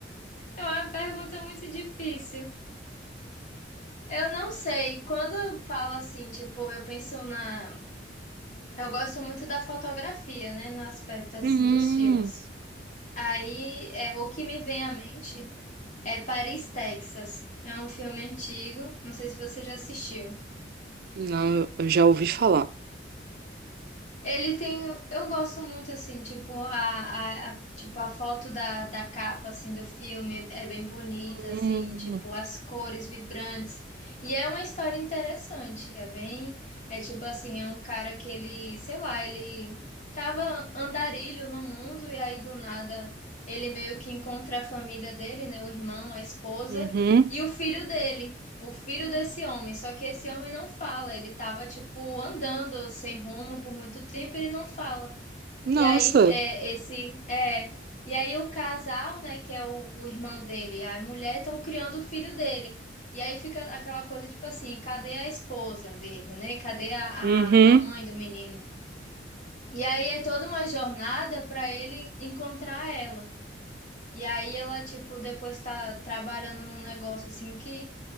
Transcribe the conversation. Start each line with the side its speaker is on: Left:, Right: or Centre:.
Left: É uma pergunta muito difícil. Eu não sei. Quando eu falo assim, tipo, eu penso na. Eu gosto muito da fotografia, né? No aspecto assim
Right: Hum,
Left: dos filmes. Aí, é, o que me vem à mente é Paris, Texas. É um filme antigo. Não sei se você já assistiu.
Right: Não, eu já ouvi falar.
Left: Ele tem, eu gosto muito assim, tipo a, a, a- tipo a foto da, da capa assim do filme é bem bonita
Right: Hum,
Left: assim, tipo as cores vibrantes. E é uma história interessante, é bem, é tipo assim, é um cara que ele, sei lá, ele tava andarilho no mundo e aí do nada ele meio que encontra a família dele, né, o irmão, a esposa
Right: Uhum.
Left: e o filho dele o filho desse homem, só que esse homem não fala, ele tava tipo andando sem rumo por muito tempo, ele não fala. E
Right: Nossa.
Left: aí é esse é, e aí o casal, né, que é o, o irmão dele, e a mulher estão criando o filho dele. E aí fica aquela coisa tipo assim, cadê a esposa dele, né? Cadê a,
Right: Uhum.
Left: a, a mãe do menino? E aí é toda uma jornada para ele encontrar ela. E aí ela tipo depois tá trabalhando num negócio assim que